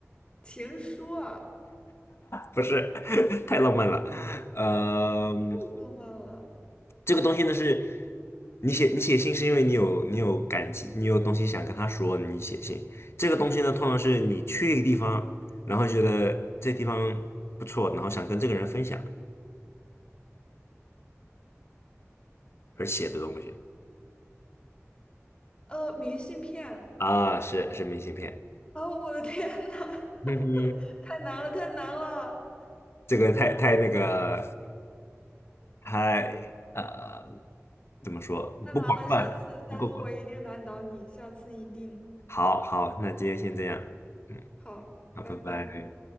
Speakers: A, on the left; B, on the left.
A: 情书啊，
B: 不是，<laughs> 太浪漫了。嗯，
A: 太浪漫了。
B: 这个东西呢是，你写你写信是因为你有你有感情，你有东西想跟他说，你写信。这个东西呢，通常是你去一个地方，然后觉得这地方不错，然后想跟这个人分享而写的东西
A: 呃，明信片，
B: 啊，是是明信片。
A: 哦，我的天呐，<laughs>
B: 嗯哼，
A: 太难了，太难了，
B: 这个太太那个。太呃，怎么说？
A: 太难了！
B: 不广泛，
A: 下次，下次我一定难倒你，
B: 不够广。
A: 下次一定。
B: 好好，那今天先这样，嗯，
A: 好，
B: 好，
A: 拜拜。
B: 拜拜。